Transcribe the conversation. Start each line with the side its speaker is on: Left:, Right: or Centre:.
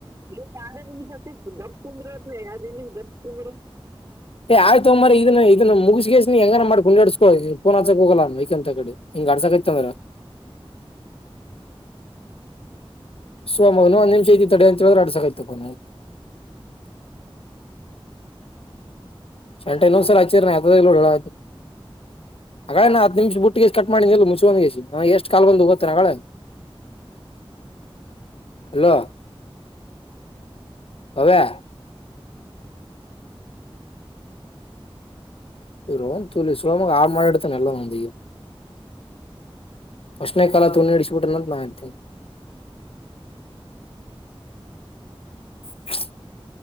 Right: ಇ ಆಡ ನಿಮಶರ್ ಗಫ ತುಂಬ್ರತ್ತು ಯ ದನ ಗ ತುಂಬ್ರ
Left: ಏ ಆಯ್ತೊಮ್ಮ ಮರಿ ಇದನ್ನ ಇದನ್ನ ಮಗಸಗಸ ನೀ ಹೆಂಗನ ಮಾಡ್ ಕುಡಿಸಸ್ಕೊ ನ್ಚಕ್ ಹೋಗಲ್ಲ ನನ್ ವೈಕ್ ಅಂತ ಕಡೆ ಗಾಡಸ ಕಿತತ ಮರ ಸೋಮಗನು ಒಂದ್ ನಿಮಿಷ ಐತಿ ತಡೆ ಅಂತ ಹೇಳಿದ್ರೆ ಅಡ್ಸಕ್ ಆಯ್ತ ಕೊ ಶೂಂಟ ನೋವು ಸರ್ ಆಚಿರ್ ನ ಆ ಇಲ್ಲೋಢ ನ ಹಾಗಳೇ ನ ಹತ್ತು ನಿಮಿಷ ಬುಟ್ಟಿಗೆಷ್ಟ ಕಟ್ ಮಾಡಿ ಇಲ್ಲ ಮುಚು ಒ ಎಷ್ಟ ಕಾಲ್ ಬಂದು ಹೋಗ್ತೇನೆ ಅಳ <unintelligible> ಹಲೋ ಹವ್ಯಾ ರೋ ತೊಳ ಸುಲಮ ಆರು ಮಾಡಳ ಇಡದಲ್ಲಿ ನಲ್ಲ ಒಂದ ಅಷ್ಟನೇ ಕಾಲ ತು ನೀಡಿಸಬಿಟ್ಟ ನಂತ ನಿದ್ದೇನೆ <unintelligible> <unintelligible>